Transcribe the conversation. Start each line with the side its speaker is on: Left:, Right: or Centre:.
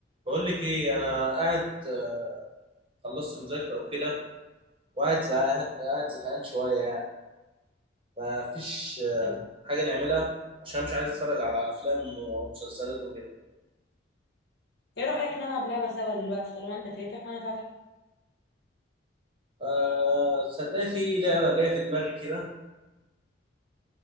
Right: بقول لك ايه انا قاعد آه، خلصت مذاكره او كده وقاعد زهقان قاعد زهقان شويه يعني ما فيش آه،
Left: طب
Right: حاجه نعملها عشان مش عايز اتفرج على افلام ومسلسلات وكده
Left: ايه رأيك نلعب لعبة سوا دلوقتي طالما انت فاتح وانا فاتحة
Right: آه، صدقني في لعبه جايه في دماغي كده